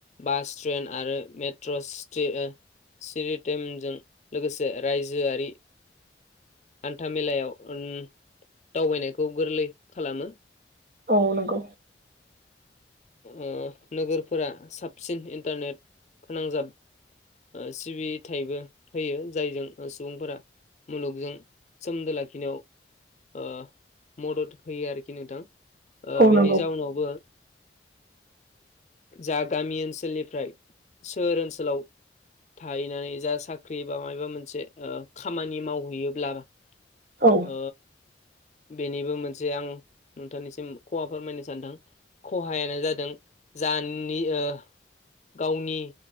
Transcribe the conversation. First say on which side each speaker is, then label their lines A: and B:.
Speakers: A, on the left (about 40°); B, on the right (about 50°).
A: बास ट्रेन आरो मेट्र स्ट सिरिटेमजों लोगोसे रायजोआरि हान्था मेलायाव उम दावबायनायखौ गोरलै खालामो।
B: औ नंगौ।
A: ओ नोगोरफोरा साबसिन इन्टारनेट फोनांजाब ओ सिबिथायबो होयो जायजों सुबुंफोरा मुलुगजों सोमोनदो लाखिनायाव ओ मदद होयो आरोखि नोंथां ओ
B: औ
A: बेनि
B: नंगौ
A: जाउनावबो जा गामि ओनसोलनिफ्राय सोहोर ओनसोलाव थाहैनानै जा साख्रि बा माबाबा मोनसे ओ खामानि मावहैयोब्ला
B: औ। औ
A: ओ बेनिबो मोनसे आं नोंथांनिसिम खहा फोरमायनो सानदों। खहायानो जादों जानि ओ गावनि